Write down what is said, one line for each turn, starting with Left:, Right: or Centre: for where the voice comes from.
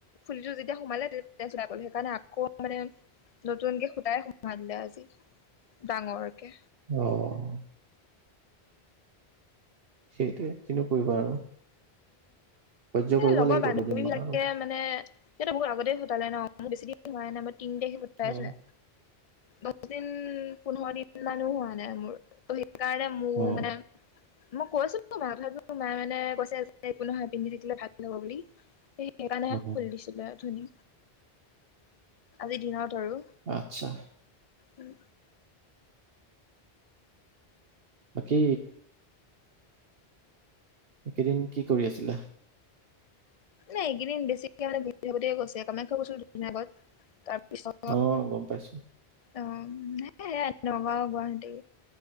Left: ফুলি যোৰ যেতিয়া সোমালে তেতিয়া তেজ ওলাই গ'ল সেইকাৰণে আকৌ। মানে নতুনকে সুটাই সুমুৱাই দিলে আজি ডাঙৰকে।
Right: অ' সেইটোৱে কিনো কৰিব আৰু। সহ্য
Left: উম
Right: কৰিব
Left: লগৰ
Right: লাগিব
Left: বান্ধৱী
Right: দুদিন মান
Left: বিলাকে
Right: আৰু
Left: মানে। মানে সিহঁতে বহুত আগতেই ফুতালে ন' মোৰ বেছি দিন হোৱাই নাই মই তিনি তাৰিখে ফুটাই
Right: অ
Left: চুহে। দহ দিন পোন্ধৰ দিন মানো হোৱা নাই মোৰ ত সেইকাৰণে মোৰ
Right: অ
Left: মানে। মই কৈছো ত মা কথাটোৰ মা মানে কৈছে যে। একো নহয় পিন্ধি থাকিলে ভাল হব বুলি, সেই সেইকাৰণেহে
Right: অ
Left: খুলি দিছিলে অথনী। আজি দিনত আৰু।
Right: আত্ছা।
Left: উম'।
Right: বাকী, এইকেদিন কি কৰি আছিলা।
Left: নাই এইকেইদিন বেছিকে মানে ঘূৰি থাকোতেই গৈছে কামাখ্যা গৈছো দুদিন আগত। তা পিছত
Right: অ গম পাইছো
Left: অঁ সেয়াই নগাঁও গুৱাহাটী।